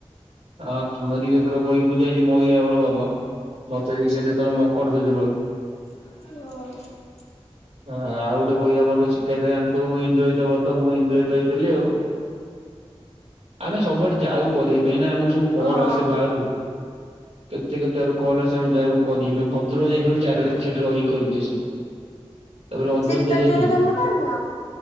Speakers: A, on the right; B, on the left.
A: ହଁ ଆମର ବି ଏଥର ବହି ପୂଜା ହେଇଛି ମହି ରାବଣ ବଧ। ମତେ ଦେଇଛନ୍ତି ଏଥର ମକର ଧୋଜରୁ।
B: <unintelligible>
A: ହଁ ଆଉ ଗୋଟେ ବହି ଆମର ଅଛି ସିକା ହେଇଛି ଜାଣିଥିବୁ ଇନ୍ଦ୍ରୋଜିତ ବଧ, ମୁଁ ଇନ୍ଦ୍ରୋଯିତ ହେଇଥିଲି ଆଉ। ଆମେ ସବୁଆଡେ ଯାଉ କରିବା ପାଇଁ ନା, ଆମକୁ ସବୁ କଲ
B: ହଁ
A: ଆସେ ବାହାରୁ। କେତେ କେତେ ଆଡୁ କଲ୍ ଆସେ ଆମେ ଯାଉ କରିବା ପାଇଁ। ଭଦ୍ରକ ଯାଇଥିଲୁ ଚାରି ରାତି ସେଠି ରହିି କରିକି ଆସିଲୁ। ତାପରେ ଅଯୋଧ୍ୟା
B: ସୀତା
A: ଯାଇଥିଲୁ।
B: ଚୋରି ତମେ କରିନ?